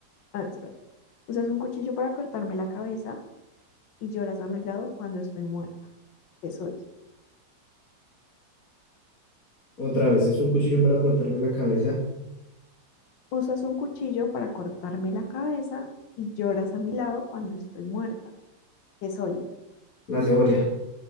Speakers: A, on the left (about 75°); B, on the left (about 50°).
A: Ah, espera. Usas un cuchillo para cortarme la cabeza y lloras a mi lado cuando estoy muerta. ¿Qué soy?
B: Otra vez, es un cuchillo para cortarme la cabeza,
A: Usas un cuchillo para cortarme la cabeza y lloras a mi lado cuando estoy muerta. ¿Qué soy?
B: la cebolla.